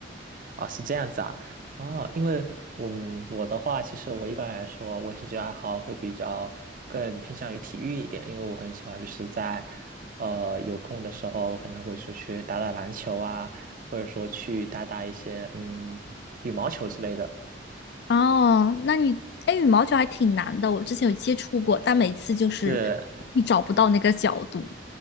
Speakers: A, on the right; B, on the left.
A: 啊，是这样子啊，哦，因为我们我的话，其实我一般来说，我兴趣爱好会比较更偏向于体育一点，因为我很喜欢就是在呃有空的时候，我可能会出去打打篮球啊，或者说去打打一些嗯羽毛球之类的。
B: 哦，那你哎，羽毛球还挺难的，我之前有接触过，但每次就是
A: 是。
B: 你找不到那个角度。